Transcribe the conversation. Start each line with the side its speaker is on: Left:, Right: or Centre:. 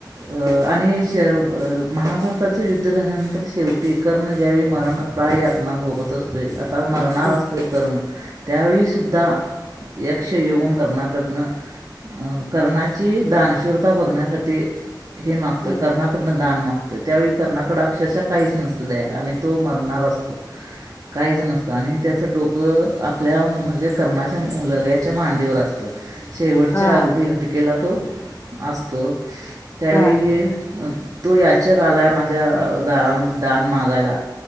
Right: अ आणि शे अं महाभारताचं युद्ध झाल्यानंतर शेवटी कर्ण ज्यावेळी मरण <unintelligible> यातना भोगत असतोय आता मरणार
Left: हम्म
Right: असतोय कर्ण. त्यावेळी सुद्धा यक्ष येऊन कर्णा कडनं अं कर्णा ची दानशुरता बघण्यासाठी हे मागतोय
Left: हम्म
Right: कर्णाकडन दान मागतो त्यावेळी कर्णाकडे अक्षरशः काहीच नसतं द्यायला आणि तो मरणार असतो काहीच नसतं आणि त्याचं डोकं आपल्या म्हणजे कर्णाच्या मुलग्याच्या मांडीवर असतं. शेवटच्या
Left: हा
Right: अगदी घटकेला तो असतो, त्यावेळी
Left: हा
Right: तो याचक आलाय माझ्या दारामध्ये दान मागायला.